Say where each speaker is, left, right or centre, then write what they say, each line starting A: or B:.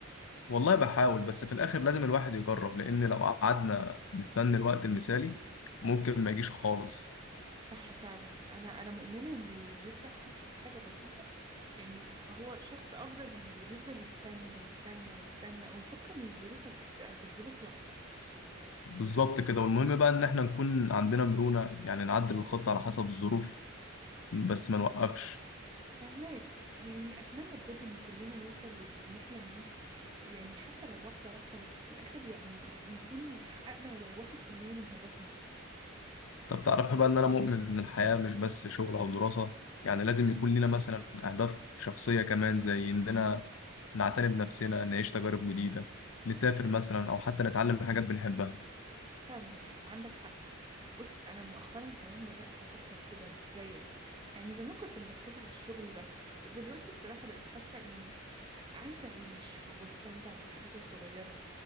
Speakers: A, on the left; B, on the right.
A: والله بحاول بس في الاخر لازم الواحد يجرب لان لو قعدنا نستنى الوقت المثالي ممكن ما يجيش خالص
B: صح فعلا أنا أنا مؤمنة إن اللي بيبدأ حتى بحاجة بسيطة يعني هو شخص أفضل من اللي بيفضل يستنى يستنى يستنى ومفكر إن الظروف هتست- هتتظبط لوحدها
A: بالظبط كده والمهم بقى ان احنا نكون عندنا مرونة يعني نعدل الخطة على حسب الظروف بس ما نوقفش
B: فهماك يعني أتمنى بجد إن كلنا نوصل للي بنحلم بيه يعني حتى لو واحدة واحدة بس في الآخر يعني نكون حققنا ولو واحد في المية من هدفنا
A: طب تعرف بقى ان انا مؤمن ان الحياة مش بس شغل او دراسة يعني لازم يكون لنا مثلا اهداف شخصية كمان زي اننا نعتني بنفسنا نعيش تجارب جديدة نسافر مثلا او حتى نتعلم حاجات بنحبها
B: فعلا حق. عندك حق بص أنا مؤخرا كمان بدأت أفكر كده زيك يعني زمان كنت مركزة على الشغل بس دلوقتي الصراحة بقيت حاسة إني عايزة أعيش واستمتع بالحاجات الصغيرة